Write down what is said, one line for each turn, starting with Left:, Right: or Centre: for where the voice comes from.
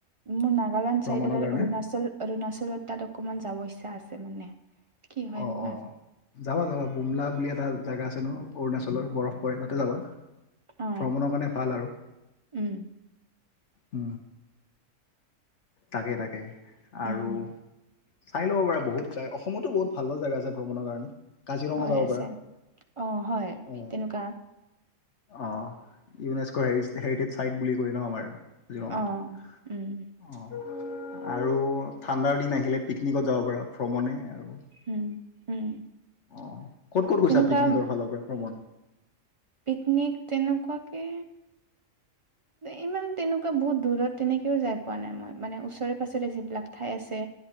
Right: মোৰ নাগালেণ্ড
Left: ভ্ৰমণৰ
Right: চাইডত আৰু
Left: কাৰণে
Right: অৰুণাচল। অৰুণাচলত তাত অকণমান যাব ইচ্ছা আছে মানে। কি হয়
Left: অ,
Right: না
Left: অ, যাবা যাবা বুমলা, বুলি এটা জাগগা আছে ন অৰুণাচলৰ বৰফ পৰে তাতে যাবা।
Right: অ',
Left: ভ্ৰমণৰ কাৰণে ভাল আৰু।
Right: উম,
Left: উ, তাকে তাকে
Right: উম,
Left: আৰু। চাই ল'ব পাৰা বহুতা অসমতো বহুত ভাল ভাল জেগা আছে ভ্ৰমণৰ কাৰণে। কাজিৰঙা
Right: হয়,
Left: যাব
Right: আছে
Left: পাৰা
Right: অ, হয়
Left: অ'।
Right: তেনেকুৱা।
Left: অ, ইউনেস্কো হেৰিটেজ চাইট বুলি কৈ ন আমাৰ জিৰঙা।
Right: অ',
Left: অ,
Right: উম,
Left: আৰু ঠাণ্ডাৰ দিন আহিলে পিকনিকত যাব পাৰা ভ্ৰমণে। আৰু
Right: উম, উম,
Left: অ, ক'ত ক'ত গৈছা
Right: তেনেকুৱা
Left: পিকনিকৰ ফালৰ পৰা ভ্ৰমণ।
Right: পিকনিক তেনেকুৱাকে। ইমান তেনেকুৱা বহুত দূৰত তেনেকৈও যাই পোৱা নাই মই মানে ওচৰে পাঁজৰে যিবিলাক ঠাই আছে।